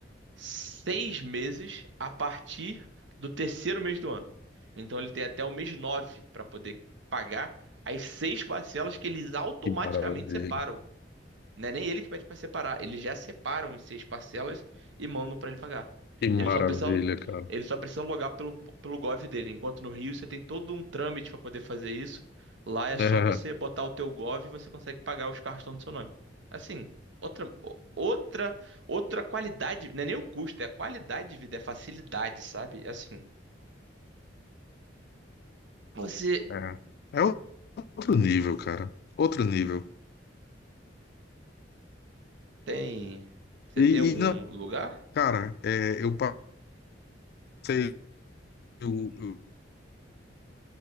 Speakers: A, on the right; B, on the left.
A: seis meses a partir do terceiro mês do ano. Então ele tem até o mês nove para poder pagar as seis parcelas que eles automaticamente
B: Que maravilha,
A: separam. Não é nem ele que pede para separar, eles já separam em seis parcelas e mandam para ele pagar.
B: que maravilha,
A: Ele só precisa,
B: cara.
A: ele só precisa logar pelo, pelo Gov dele, enquanto no Rio você tem todo um trâmite para poder fazer isso. Lá é só
B: É,
A: você botar o teu Gov e você consegue pagar os carros que estão no seu nome. Assim, outra, o- outra, outra qualidade, não é nem o custo, é a qualidade de vida, é a facilidade, sabe? É Assim, você
B: é. É outro nível, cara. Outro nível.
A: tem, você
B: E,
A: tem algum
B: e não,
A: lugar?
B: cara, é, eu passei o, o-